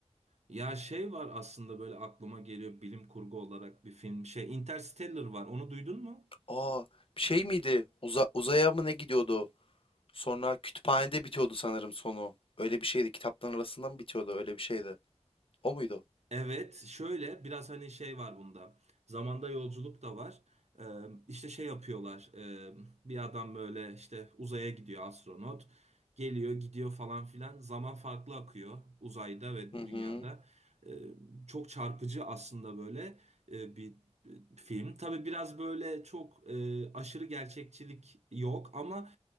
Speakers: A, on the right; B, on the left.
A: Ya şey var aslında böyle aklıma geliyor bilim kurgu olarak bir film. Şey Interstellar var. Onu duydun mu?
B: Aa bir şey miydi? Uza uzaya mı ne gidiyordu? Sonra kütüphanede bitiyordu sanırım sonu. Öyle bir şeydi. Kitapların arasında mı bitiyordu? Öyle bir şeydi. O muydu?
A: Evet, şöyle biraz hani şey var bunda. Zamanda yolculuk da var. Ee, işte şey yapıyorlar. ee, bir adam böyle işte uzaya gidiyor astronot. Geliyor, gidiyor falan filan. Zaman farklı akıyor uzayda ve
B: Hı hı.
A: dünyada. Ee, çok çarpıcı aslında böyle e, bir e, film. Tabii biraz böyle çok e, aşırı gerçekçilik yok ama